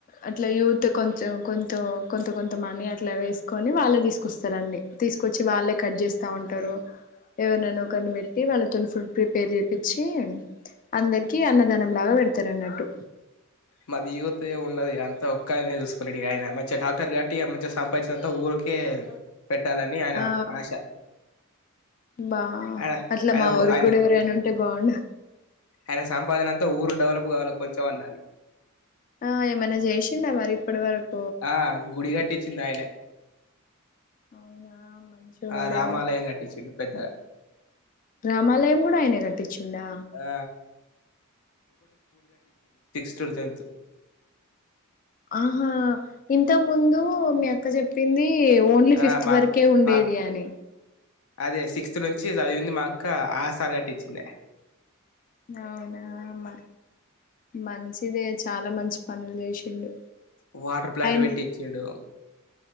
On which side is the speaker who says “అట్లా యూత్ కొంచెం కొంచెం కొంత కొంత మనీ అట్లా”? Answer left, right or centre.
Left